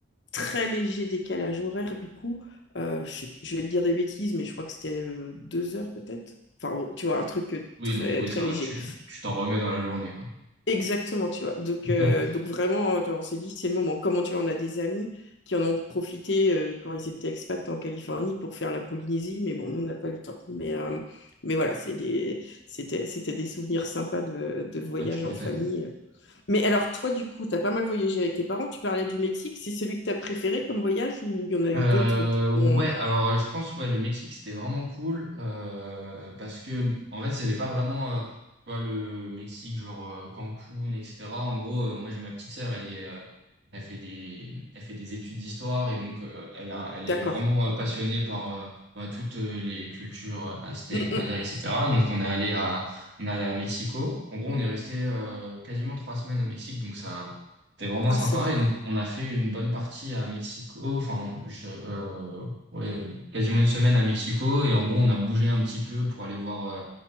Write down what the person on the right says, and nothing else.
Oui,
donc oui,
ça
va, tu tu t'en remets dans la journée, quoi.
<laughs>
Ah, tu m'étonnes.
Euh,
ouais,
alors euh, je pense ouais le Mexique c'était vraiment cool euh, parce que en fait c'était pas vraiment euh, tu vois, le Mexique genre euh, Cancun etc. En gros euh, moi j'ai ma petite sœur elle est euh, elle fait des elle fait des études d'histoire et donc euh, elle a elle
est vraiment euh, passionnée par euh, bah, toutes euh, les cultures euh, aztèques,
mayas
etc. Donc on est allé à on est allé à Mexico. En gros on est resté euh, quasiment trois semaines au Mexique donc ça C'était vraiment
sympa.
Et donc, on a fait une bonne partie à Mexico. Enfin, je- euh, ouais, euh, quasiment une semaine à Mexico. Et en gros, on a bougé un petit peu pour aller voir, euh,